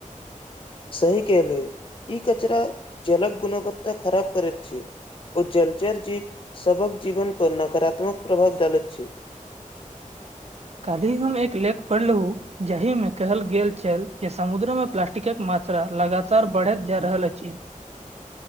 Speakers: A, on the left; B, on the right.
A: सही कहलहूँ ई कचरा जलक गुणवत्ता खराब करैत छै ओ जलचर जीव सबक जीवन पर नकारात्मक प्रभाव डालैत छै
B: काल्हि हम एक लेख पढ़लहुँ जाहि मे कहल गेल छल जे समुद्र में प्लास टिकक मात्रा लगातार बढ़ैत जा रहल अछि